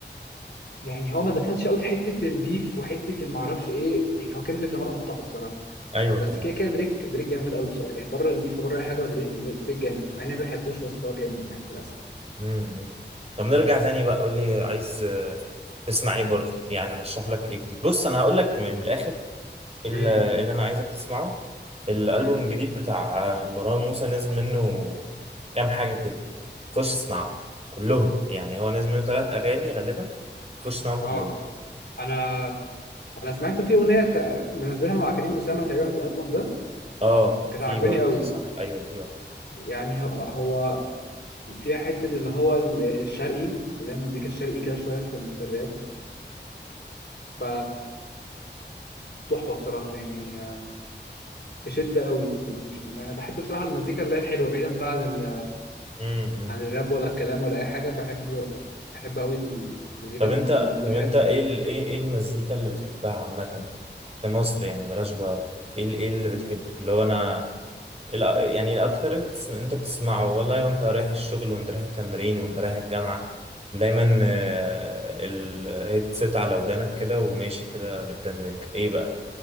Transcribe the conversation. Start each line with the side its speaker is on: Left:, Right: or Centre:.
Left: يعني هو ما دخلش قوي في حته البيف وحته ما اعرفش ايه يعني هو كندريك لامار قطعه بصراحه
Right: ايوه
Left: بس
Right: طبعا
Left: كده كده دريك دريك جامد قوي بصراحه يعني بره البيف وبره اي حاجه هو دريك دريك دريك جامد مع اني ما بحبوش بس هو جامد يعني للاسف
Right: امم طب نرجع تاني بقى قول لي عايز آه، تسمع ايه برضه يعني رشح لك ايه جديد بص انا هقول لك من من الاخر اللي,
Left: امم
Right: اللي انا عايزك تسمعه الالبوم
Left: امم
Right: الجديد بتاع آه، مروان موسى نزل منه كام حاجه كده خش اسمعهم كلهم يعني هو نزل منه ثلاث اغاني غالبا خش اسمعهم
Left: اه
Right: كلهم
Left: انا انا سمعت في اغنيه ك- منزلها مع كريم اسامه تقريبا في الالبوم ده
Right: اه
Left: كانت
Right: في
Left: عاجباني
Right: برضه
Left: قوي
Right: صح ايوه في واحد
Left: يعني هو هو فيها حتة اللي هو الشرقي اللي هي المزيكا الشرقي كده شوية في ال- في الراب ف تحفة بصراحة يعني تشد قوي أنا بحب بصراحة المزيكا اللي هي الحلوة بعيدا بقى عن ال...
Right: امم
Left: عن الراب ولا الكلام ولا أي حاجة بحب بحب قوي المزيكا
Right: طب
Left: لما
Right: انت
Left: تكون معمولة
Right: طب
Left: حلوة
Right: انت ايه
Left: يعني
Right: ال... ايه ايه المزيكا اللي بتحبها عامة في مصر يعني بلاش بقى ايه ال... ايه اللي بتحبه اللي هو انا ال... يعني الاكتر انت بتس- انت بتسمعه والله وانت رايح الشغل وانت رايح التمرين وانت رايح الجامعة دايما آه، الهيدسيت على ودانك كده وماشي كده بتدندن ايه بقى